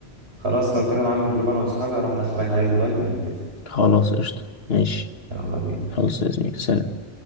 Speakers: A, on the right; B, on the left.
A: خلاص لو كده انا عامل جروب انا واصحابي هروح ادخلك عليه دلوقتي ونتفق
B: خلاص قشطه ماشي
A: يلا بينا
B: خلص يا زميلي سلام